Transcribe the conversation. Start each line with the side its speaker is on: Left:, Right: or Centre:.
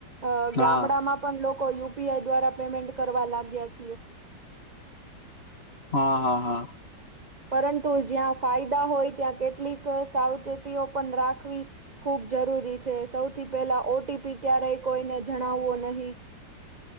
Right: અ
Left: હા
Right: ગામડામાં પણ લોકો યુપીઆઈ દ્વારા પેમેન્ટ કરવા લાગ્યા છીએ.
Left: હા હા હા.
Right: પરંતુ જ્યાં ફાયદા હોય ત્યાં કેટલીક સાવચેતીઓ પણ રાખવી. ખુબ જરૂરી છે, સૌથી પહેલા ઓટીપી ક્યારેય કોઈને જણાવવો નહીં.